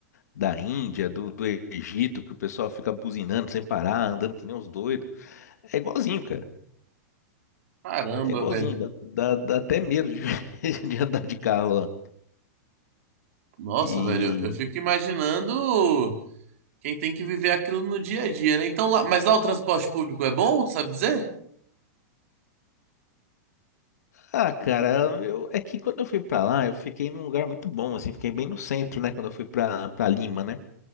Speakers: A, on the left (about 80°); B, on the right (about 55°).
A: da Índia, do, do Egito, que o pessoal fica buzinando sem parar, andando que nem uns doidos. É igualzinho, cara.
B: Caramba,
A: É igualzinho,
B: velho.
A: dá, dá, dá até medo de, <laughs> de andar de carro lá.
B: Nossa,
A: E
B: velho, eu fico imaginando. Quem tem que viver aquilo no dia a dia, né? Então, lá, mas lá o transporte público é bom, tu sabe dizer?
A: ah, cara, eu é que quando eu fui pra lá, eu fiquei num lugar muito bom, assim, fiquei bem no centro, né, quando eu fui pra para Lima, né?